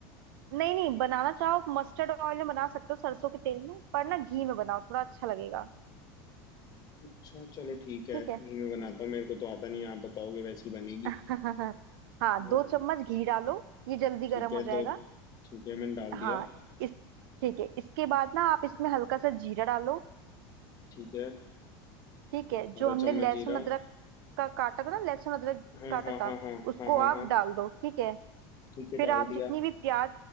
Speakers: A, on the right; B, on the left.
A: नहीं नहीं बनाना चाहो मस्टर्ड ऑयल में बना सकते हो सरसों के तेल में पर ना घी में बनाओ थोड़ा अच्छा लगेगा
B: अच्छा चलो ठीक है
A: ठीक
B: घी में बनाता हूँ मेरे को तो आता नहीं है, आप बताओगे वैसी बनेगी
A: है <laughs> हाँ
B: वो
A: दो चम्मच घी डालो ये जल्दी
B: ठीक
A: गर्म
B: है
A: हो
B: दो
A: जाएगा
B: ठीक है मैंने डाल दिया
A: हाँ इस ठीक है इसके बाद ना आप इसमें हल्का सा जीरा डालो
B: ठीक है
A: ठीक है जो
B: आधा
A: हमने
B: चम्मच
A: लहसुन
B: जीरा
A: अदरक का काटा था ना लहसुन अदरक
B: हाँ
A: काटा
B: हाँ
A: था
B: हाँ हाँ
A: उसको
B: हाँ हाँ
A: आप
B: हाँ
A: डाल दो ठीक है
B: ठीक है
A: फिर
B: डाल
A: आप
B: दिया
A: जितनी भी प्याज